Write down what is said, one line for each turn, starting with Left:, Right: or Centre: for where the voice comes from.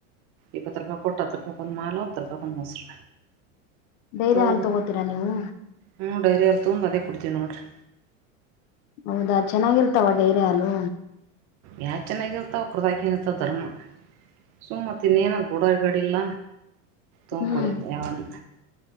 Right: ಇಪ್ಪತ್ತು ರೂಪಾಯ್ ಕೊಟ್ಟ ಹತ್ತು ರೂಪಾಯ್ ಕೊಂದು ಹಾಲ ಅತ್ತು ರೂಪಾಯ್ ಕೊಂದು ಮೋಸ
Left: ಡೈರಿ
Right: ತೊಂದು
Left: ಹಾಲು ತಗೋತೀರಾ ನೀವು
Right: ಹ್ಮ ಡೈರಿ ತುಂಬದೇ ಕೊಡ್ತೀವಿ ನೋಡ್ರಿ
Left: ಹೌದಾ ಚೆನ್ನಾಗಿರ್ತಾವ ಡೈರಿ ಹಾಲು
Right: ಯಾ ಚೆನ್ನಾಗಿರ್ತಾವ ಅವುಕರದಾಗ ಏನಿರ್ತಾವ ಧರ್ಮ ಸುಮ್ತ್ ಇನ್ನೇನ್ ಬುಡಗಡಿಲ್ಲ ತೊಂಡ
Left: ಹ್ಮ್
Right: ಕೊಡಿಯದ ಯಾವನ